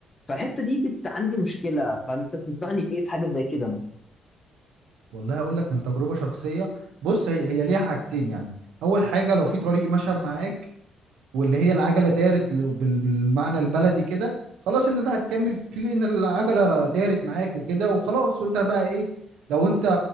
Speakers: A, on the left; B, on the right.
A: فالحتة دي بت... عندي مشكلة فأنت تنصحني بإيه في حاجة زي كده مثلا
B: والله هقول لك من تجربه شخصيه بص هي هي ليها حاجتين يعني اول حاجه لو في طريق مشى معاك واللي هي العجله دارت ل- بال- بالمعنى البلدي كده خلاص انت ده هتكمل فيه لان العجله دارت معاك وكده وخلاص وانت بقى ايه لو انت